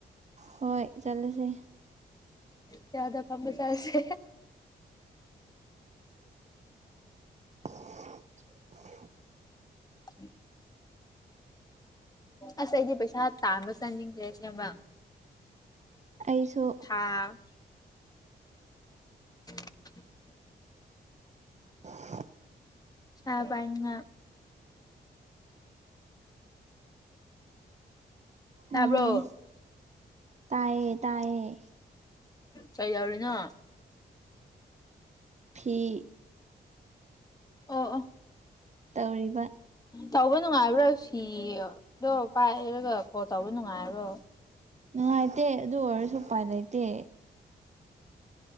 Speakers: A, on the right; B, on the left.
A: ꯍꯣꯏ ꯆꯠꯂꯁꯦ
B: ꯆꯗ ꯄꯝꯕꯁꯥꯁꯦ
A: <unintelligible>
B: ꯎꯝ ꯑꯁ ꯑꯩꯗꯤ ꯄꯩꯁꯥ ꯇꯥꯥꯟꯕ ꯆꯥꯅꯤꯡꯗ꯭ꯔꯦ ꯁꯦꯝꯕ
A: ꯑꯩꯁꯨ
B: ꯑ ꯎ
A: <unintelligible>
B: ꯄꯩꯁꯥ ꯄꯥꯏꯅꯤꯉꯥꯏ ꯇꯥꯕ꯭ꯔꯣ
A: ꯃꯥꯅꯦ ꯇꯥꯏꯌꯦ ꯇꯥꯏꯌꯦ
B: ꯀꯩꯗꯧꯔꯤꯅꯣ
A: ꯄꯤ
B: ꯑꯣ ꯑꯣ
A: ꯇꯧꯔꯤꯕ
B: ꯇꯧꯕ ꯅꯨꯡꯉꯥꯏꯕ꯭ꯔꯥ ꯁꯤꯗꯣ ꯄꯥꯏꯔꯒ ꯀꯣꯜ ꯇꯧꯕ ꯅꯨꯡꯉꯥꯏꯕ꯭ꯔꯣ
A: ꯅꯨꯡꯉꯥꯏꯇꯦ ꯑꯗꯨ ꯑꯣꯏꯔꯁꯨ ꯎꯄꯥꯏ ꯂꯩꯇꯦ